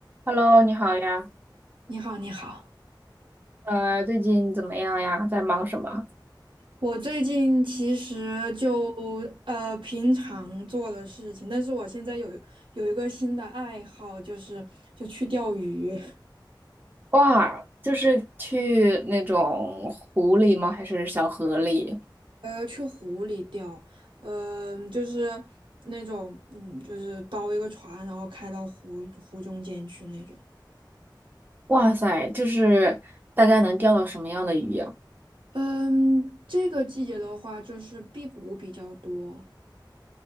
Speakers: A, on the right (about 25°); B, on the right (about 85°).
A: Hello，你好呀，
B: 你好，你好。
A: 呃，最近怎么样呀？在忙什么？
B: 我最近其实就呃平常做的事情，但是我现在有有一个新的爱好，就是就去钓鱼，
A: 哇，就是去那种湖里吗？还是小河里？
B: 呃，去湖里钓，嗯、就是那种嗯，就是包一个船，然后开到湖湖中间去那种。
A: 哇塞，就是大概能钓到什么样的鱼呀？
B: 嗯，这个季节的话，就是辟谷比较多，